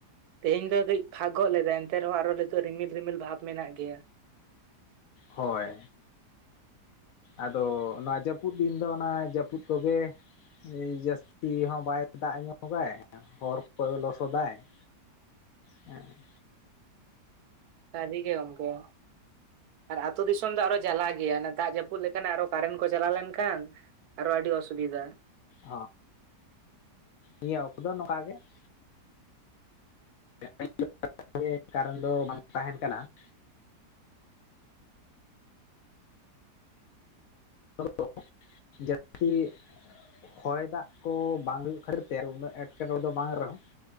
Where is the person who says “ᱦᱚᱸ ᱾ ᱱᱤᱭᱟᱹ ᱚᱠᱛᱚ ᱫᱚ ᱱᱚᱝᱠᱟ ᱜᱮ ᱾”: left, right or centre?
Left